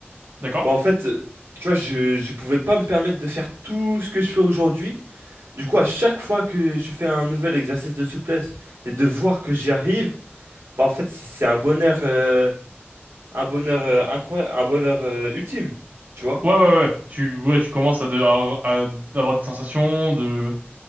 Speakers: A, on the right; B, on the right.
A: D'accord.
B: bah, en fait, euh, tu vois, je, je pouvais pas me permettre de faire tout ce que je fais aujourd'hui. Du coup, à chaque fois que je fais un nouvel exercice de souplesse et de voir que j'y arrive, bah, en fait, c'est c'est un bonheur, euh, un bonheur, incroyable, un bonheur, euh, ultime. Tu vois?
A: Ouais, ouais, ouais. Tu, ouais, tu commences à, de, à, à avoir des sensations de